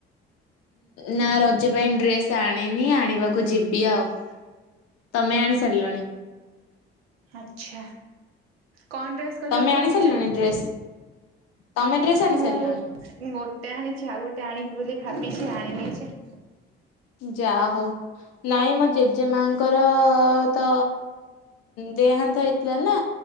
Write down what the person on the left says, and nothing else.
ନା ରଜ ପାଇଁ ଡ୍ରେସ୍ ଆଣିନି ଆଣିବାକୁ ଯିବି ଆଉ। ତମେ ଆଣି ସାରିଲଣି।
ତମେ
ଆଣି
ସାରିଲଣି
ଡ୍ରେସ୍ ତମେ ଡ୍ରେସ୍ ଆଣି
ସାରିଲଣି?
ଯା ହୋଉ। ନାଇଁ ମୋ ଜେଜେ ମାଙ୍କର ତ ଦେହାନ୍ତ ହେଇଥିଲା ନା।